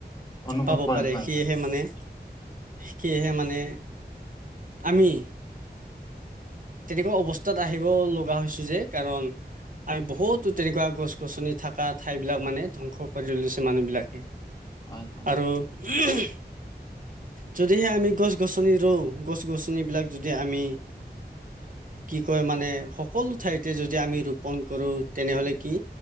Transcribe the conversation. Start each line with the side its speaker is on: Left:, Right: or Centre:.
Left: অনুভৱ
Right: পাব
Left: কৰে
Right: পাৰে,
Left: হয়
Right: সেয়েহে
Left: হয়
Right: মানে সেয়েহে মানে আমি তেনেকোৱা অৱস্থাত আহিব লগা হৈছো যে কাৰণ আমি বহুতো তেনেকোৱা গছ গছনি থকা ঠাই বিলাক মানে ধ্বংস কৰি লৈছে মানুহ বিলাকে।
Left: হয় হয়
Right: আৰু ওমহ যদিহে আমি গছ গছনি ৰুও, গছ গছনিবিলাক যদি আমি কি কয় মানে সকলো ঠাইতে যদি আমি ৰোপণ কৰো তেনেহ'লে কি